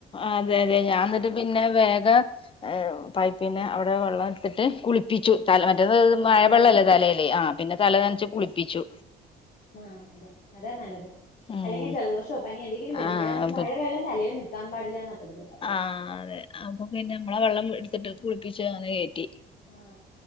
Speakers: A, on the left; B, on the left.
A: അതെ അതെ ഞാന്ന്ട്ട് പിന്നെ വേഗം പൈപ്പിന്റെ അവടെ വെള്ളട്ത്തിട്ട് കുളിപ്പിച്ചു തലന റ്റേത്
B: ആഹ്
A: മഴവെള്ളല്ലേ
B: തലവേദന
A: തലേല് ആ പിന്നെ തല നനച്ച് കുളിപ്പിച്ചു
B: ആ അതെ അതാ നല്ലത്
A: ഉം
B: അല്ലെങ്കി ജലദോഷോ പനിയോ എന്തെങ്കിലും വെരും
A: ആഹ്
B: മഴ മഴവെള്ളം തലേൽ നിക് ക്കാ പാടില്ലാന്നാ പൊതുവെ പറയാ
A: ആ അതെ അപ്പൊ പിന്നെ മ്മളെ വെള്ളം ട്ത്ത്ട്ട് കുൾപ്പിച്ചങ്ങനെ കേറ്റി
B: ആ